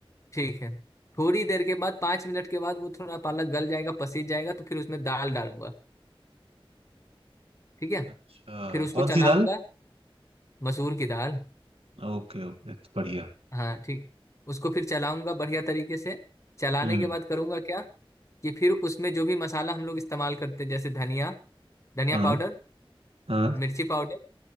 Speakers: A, on the left; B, on the right.
A: ठीक है थोड़ी देर के बाद पाँच मिनट के बाद वो थोड़ा पालक गल जाएगा पसीज जाएगा तो फिर उसमें दाल डालूंगा ठीक है
B: अच्छा
A: फिर उसको
B: कौन
A: चलाऊंगा
B: सी दाल
A: मसूर की दाल
B: ओके ओके तो बढ़िया
A: हाँ ठीक उसको फिर चलाऊंगा बढ़िया तरीके से चलाने
B: हम्म
A: के बाद करूंगा क्या कि फिर उसमें जो भी मसाला हम लोग इस्तेमाल करते हैं जैसे धनिया धनिया
B: हाँ
A: पाउडर
B: हाँ
A: मिर्ची पाउडर